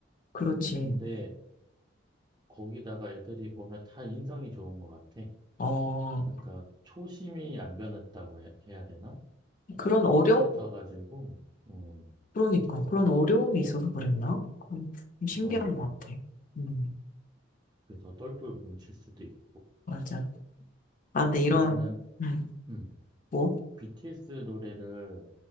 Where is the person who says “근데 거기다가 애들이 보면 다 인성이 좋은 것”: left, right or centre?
Right